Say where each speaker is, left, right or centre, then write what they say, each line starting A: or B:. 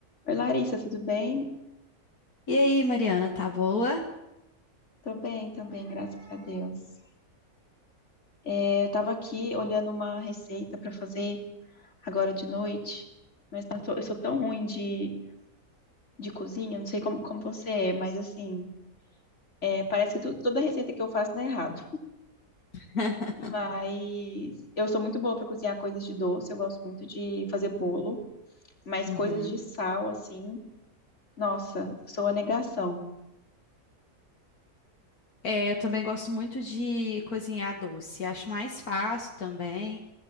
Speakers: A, on the left; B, on the left.
A: Oi, Larissa, tudo bem?
B: E aí, Mariana, tá boa?
A: Tô bem também, graças a Deus. É, eu tava aqui olhando uma receita pra fazer agora de noite, mas eu, tô- eu sou tão ruim de, de cozinha, não sei como, como você é, mas assim, é, parece que tu- toda receita que eu faço dá errado.
B: <laughs>
A: Mas eu sou muito boa pra cozinhar coisas de doce, eu gosto muito de fazer bolo, mas
B: Uhum.
A: coisas de sal, assim, nossa, sou a negação.
B: É, eu também gosto muito de cozinhar doce. Acho mais fácil também.